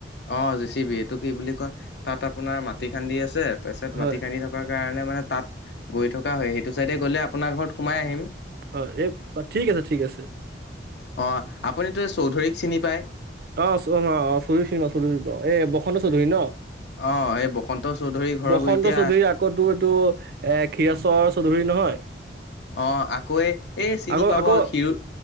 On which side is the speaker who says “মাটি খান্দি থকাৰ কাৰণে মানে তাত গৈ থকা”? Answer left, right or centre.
Left